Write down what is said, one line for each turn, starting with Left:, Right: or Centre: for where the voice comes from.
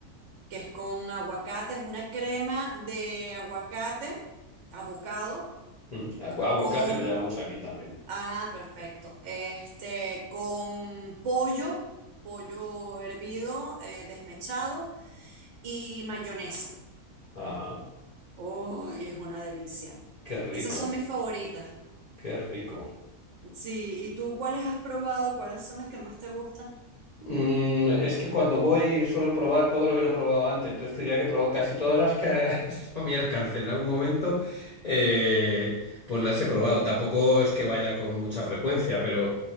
Right: que es con aguacate, es una crema de aguacate, avocado,
Left: Mm, agu- Aguacate
Right: con,
Left: lo llamamos aquí también.
Right: ah, perfecto, este, con pollo, pollo hervido, eh, desmechado y mayonesa.
Left: Ajá.
Right: Uy, es una delicia.
Left: Qué rico,
Right: Esas son mis favoritas.
Left: qué rico.
Right: Sí, ¿y tú cuáles has probado? ¿Cuáles son las que más te gustan?
Left: Mm, es que cuando voy suelo probar todo lo que no he probado antes, entonces tendría que probar casi todas las que <laughs> han estado a mi alcance en algún momento, eh, pues las he probado. Tampoco es que vaya con mucha frecuencia, pero